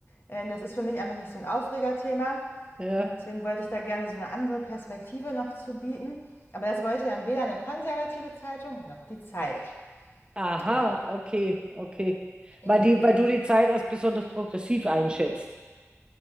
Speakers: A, on the left (about 45°); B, on the right (about 20°).
A: äh, das ist für mich einfach nicht so ein Aufregerthema.
B: Ja.
A: Und deswegen wollte ich da gerne so eine andere Perspektive noch zu bieten. Aber das wollte dann weder eine konservative Zeitung noch die Zeit.
B: Aha,
A: Ja,
B: okay, okay.
A: ja.
B: Weil die, weil du die Zeit als besonders progressiv einschätzt.